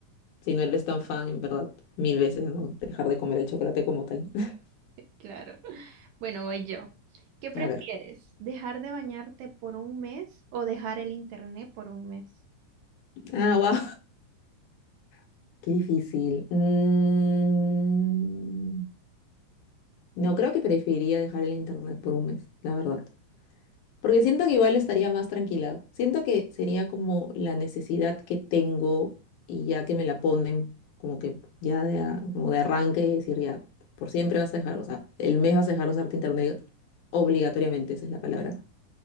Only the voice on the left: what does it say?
si no eres tan fan, en verdad, mil veces, ¿no? Dejar de comer el chocolate como tal. <laughs>
A ver.
Ah, wow, <laughs> qué difícil. Mm, No, creo que preferiría dejar el internet por un mes, la verdad. Porque siento que igual estaría más tranquila. Siento que sería como la necesidad que tengo y ya que me la ponen como que ya de, a- como de arranque, decir ya, por siempre vas a dejar, o sea, el mes vas a dejar de usarte internet obligatoriamente, esa es la palabra.